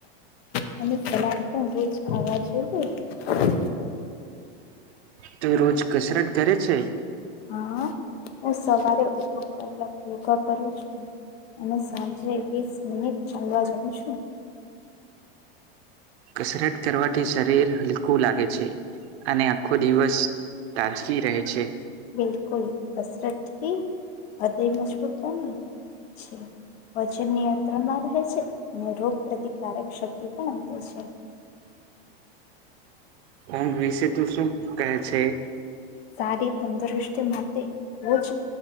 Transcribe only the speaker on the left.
પણ રોજ ખાવાએ હા
હા હું સવારે અડધો કલાક યોગા કરીું છ અને સાંજે વીસ મિનિટ ચાલવા જાઉ છું
બિલકુલ કસરતથી હૃદય મજબૂત બને છે વજન નિયંત્રણમાં રહે છે અને રોગ પ્રતિકારક શક્તિ પણ વધે છે
સારી તંદુરુસ્તી માટે રોજ